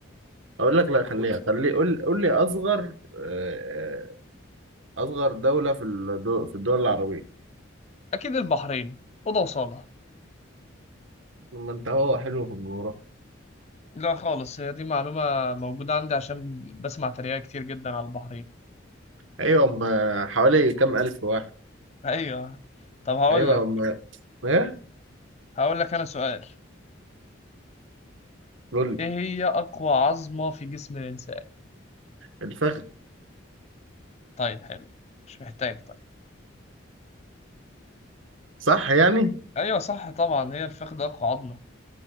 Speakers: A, on the right (about 75°); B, on the left (about 35°).
A: اقول لك لا خليها خلي قول قول لي اصغر آه، اصغر دولة في الدول في الدول العربية
B: اكيد البحرين اوضه وصاله
A: ما انت هو حلو في الجغرافيا
B: لا خالص هي دي معلومة موجودة عندي عشان بسمع تريقة كتير جدا على البحرين
A: ايوه هم حوالي كام الف واحد
B: ايوه طب هقول
A: ايوه
B: لك
A: هم ايه
B: هقول لك انا سؤال
A: قول لي
B: ايه هي اقوى عظمة في جسم الانسان
A: الفخذ
B: طيب حلو مش محتاج طيب
A: صح يعني
B: ايوه صح طبعا هي الفخذ اقوى عظمة